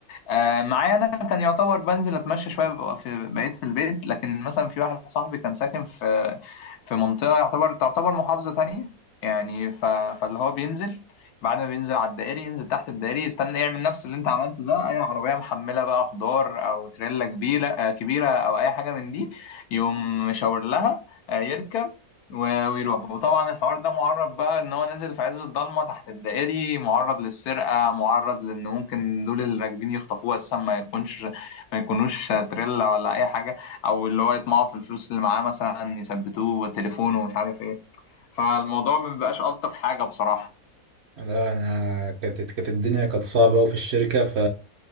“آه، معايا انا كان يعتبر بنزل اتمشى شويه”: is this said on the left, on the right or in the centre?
Left